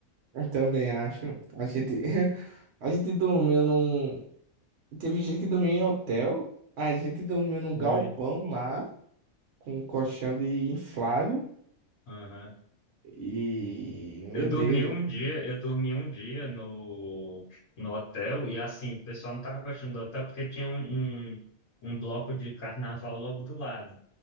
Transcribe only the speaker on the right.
eu também acho, a gente, <laughs> a gente dormiu num, teve gente que dormiu em hotel, a gente dormiu num
galpão lá, com um colchão de inflável,
e,
meu
Deus,